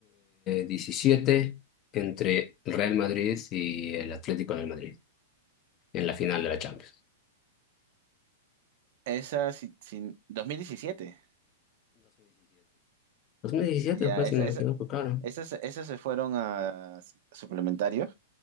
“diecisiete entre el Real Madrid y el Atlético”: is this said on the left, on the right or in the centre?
Left